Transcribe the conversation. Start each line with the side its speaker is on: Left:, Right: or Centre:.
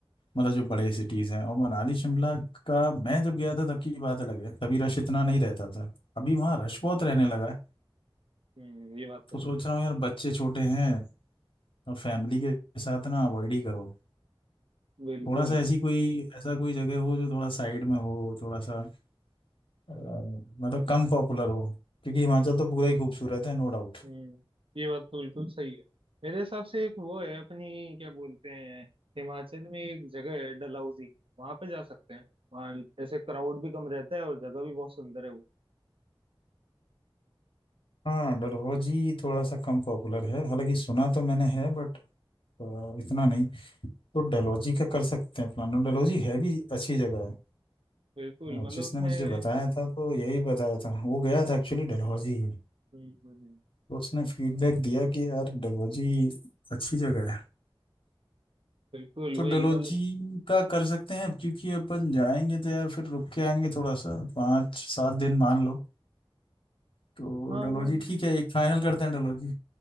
Left: मतलब जो बड़े सिटीज हैं और मनाली शिमला का मैं जब गया था तब की बात अलग है तभी रश इतना नहीं रहता था अभी वहाँ
Right: अच्छा
Left: रश बहुत रहने लगा है
Right: हम्म ये बात तो
Left: तो
Right: है
Left: सोच रहा हूँ यार बच्चे छोटे हैं और फैमिली के साथ ना अवॉइड ही करो
Right: बिल्कुल
Left: थोड़ा सा ऐसी कोई ऐसा कोई जगह हो जो थोड़ा साइड में हो थोड़ा सा अ, मतलब कम पॉपुलर हो क्योंकि हिमाचल तो पूरा ही खूबसूरत है नो डाउट
Right: हम्म ये बात तो बिल्कुल सही है मेरे हिसाब से एक वो है अपनी क्या बोलते हैं हिमाचल में एक जगह है डलहौजी वहां पे जा सकते हैं वहाँ ऐसे क्राउड भी कम रहता है और जगह भी बहुत सुंदर है वो
Left: हाँ डलहौजी थोड़ा सा कम पॉपुलर है हालांकि सुना तो मैंने है बट इतना नहीं तो डलहौजी का कर सकते हैं प्लान और डलहौजी है भी अच्छी जगह है
Right: बिल्कुल
Left: और
Right: मतलब
Left: जिसने
Right: उसमें
Left: मुझे बताया था तो यही बताया था वो गया था एक्चुअली डलहौजी ही
Right: हम्म हम्म, हम्म,
Left: तो उसने फीडबैक दिया कि यार डलहौजी अच्छी जगह है
Right: बिल्कुल
Left: तो
Right: वही
Left: डलहौजी
Right: मतलब
Left: का कर सकते हैं क्योंकि अपन जाएंगे तो यार फिर रुक के आएंगे थोड़ा सा पाँच सात दिन मान लो तो
Right: हाँ
Left: डलहौजी ठीक है एक फाइनल करते हैं डलहौजी